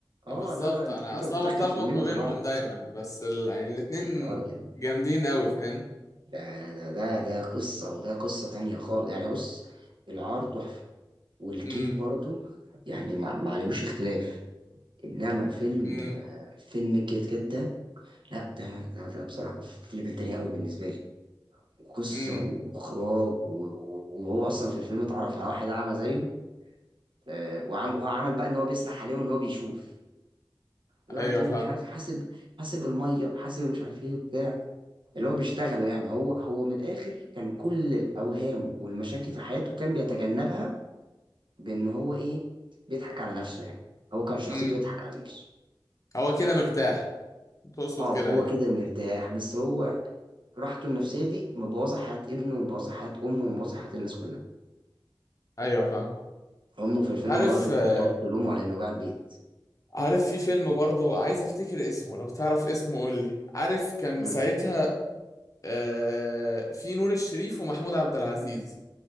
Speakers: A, on the right; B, on the left.
A: اه
B: بالظبط
A: لا لا انت
B: انا
A: كده
B: اصلا
A: تدخل
B: بتلخبط
A: فيلمين
B: ما بينهم
A: في بعض
B: دايما بس ال... يعني الاتنين
A: لا يا راجل
B: جامدين قوي فاهم
A: ده ده ده ده قصة وده قصة تانية خالص يعني بص العار تحفة والكيف
B: امم
A: برضو يعني ما ما عليهوش اختلاف انما فيلم
B: امم
A: فيلم الكيت كات ده لا ده ده, ده بصراحه في ليفل تاني قوي بالنسبه لي قصه
B: امم
A: واخراج و- و- وهو اصلا في الفيلم اتعرف على واحد اعمى زيه آه، وعم هو عمل بقى ان هو بيسرح عليه وان هو بيشوف ويقعد
B: ايوه
A: يقول
B: فاهم
A: له مش عارف حاسب حاسب الميه حاسب مش عارف ايه وبتاع اللي هو بيشتغله يعني هو هو من الاخر كان كل الاوهام والمشاكل في حياته كان بيتجنبها بان هو ايه بيضحك على نفسه يعني هو كان شخصيته
B: امم
A: يضحك على نفسه
B: هو كده مرتاح تقصد
A: اه
B: كده
A: هو
B: يعني
A: كده مرتاح بس هو راحته النفسية دي مبوظة حياة ابنه ومبوظة حياة أمه ومبوظة حياة الناس كلها
B: ايوه فاهم
A: أمه في الفيلم
B: عارف
A: برضه كانت
B: آه،
A: بتقعد تلومه على إنه باع البيت
B: عارف في فيلم برضه عايز افتكر اسمه لو تعرف اسمه قول لي عارف كان
A: مم.
B: ساعتها آه، في نور الشريف ومحمود عبد العزيز